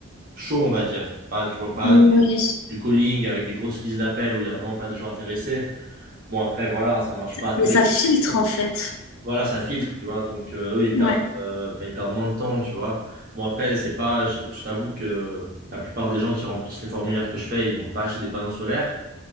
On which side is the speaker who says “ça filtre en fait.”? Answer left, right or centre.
Left